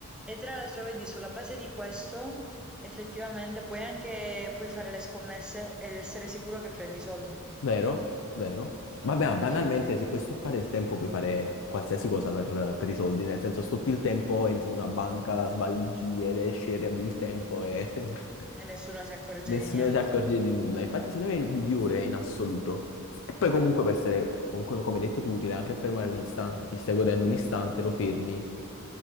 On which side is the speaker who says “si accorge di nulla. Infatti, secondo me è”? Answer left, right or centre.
Left